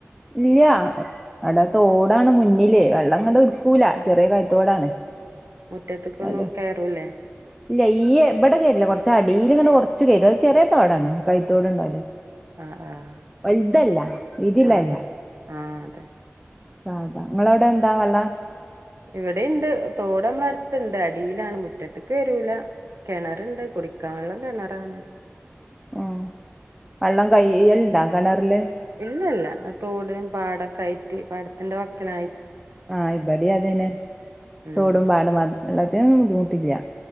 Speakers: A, in the centre; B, on the right.
A: ഇല്ല്യ അട തോടാണ് മുന്നില് വെള്ളം ഇങ്ങട് ഉടുക്കൂല ചെറിയ കൈ ത്തോടാണ്
B: മുറ്റത്ത്ക്കൊന്നും
A: അലോ
B: കയറൂലേ
A: ഇല്ല ഈ ഇവിടെ കേറില്ല കുറച്ച് അടില് ക കൊറ <unintelligible> ചെറിയ തോടാണ് കൈത്തോടുണ്ടാവല്
B: ആഹ് ആഹ്
A: വൽതല്ല ഇതില്ലല്ല
B: ആഹ് ആഹ് ആഹ് അതെ
A: സാധാ നിങ്ങളവിടെ എന്താ വെള്ള
B: ഇവിടെണ്ട് തോട് നമ്മടടുത്തുണ്ട് അടിയിലാണ് മുറ്റത്തക്ക് വരൂല്ല കിണറുണ്ട് കുടിക്കാൻ ഉളള വെ കളറാണ്
A: ആ വള്ളം കൈയ്യ്ല്ണ്ടാ കെണറ്ല്
B: ഇല്ല ഇല്ല ആ തോടിനും പാടക്കയ്ട്ട് പാടത്തിന്റെ വക്കിലാ
A: ആ ഇബിടേം അത് നേ
B: ഉം
A: തോടും പാടും ന്ന് വെള്ളത്തിനൊന്നും ബുദ്ധിമുട്ടില്ല